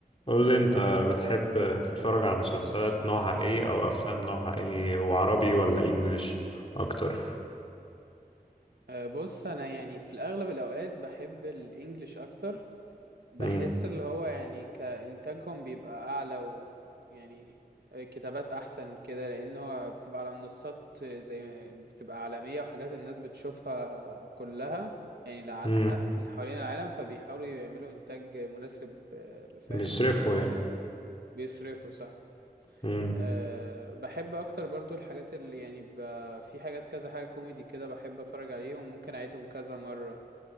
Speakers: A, on the left; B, on the right.
A: قول لي انت بتحب تتفرج على مسلسلات نوعها ايه او افلام نوعها ايه وعربي ولا انجليش اكتر
B: أه، بص انا يعني في الاغلب الاوقات بحب الانجليش اكتر بحس
A: امم
B: اللي هو يعني كانتاجهم بيبقى اعلى ويعني كتابات احسن كده لان هو بتبقى على منصات زي بتبقى عالمية وحاجات الناس بتشوفها كلها يعني لع-
A: امم
B: ح- من حوالين العالم فبيحاولوا يعملوا انتاج مناسب أه، فاهم
A: بيصرفوا يعني
B: بيصرفوا صح
A: امم
B: أه بحب اكتر برضو الحاجات اللي يعني ب... في حاجات كذا حاجة كوميدي كده بحب اتفرج عليهم ممكن اعيدهم كذا مرة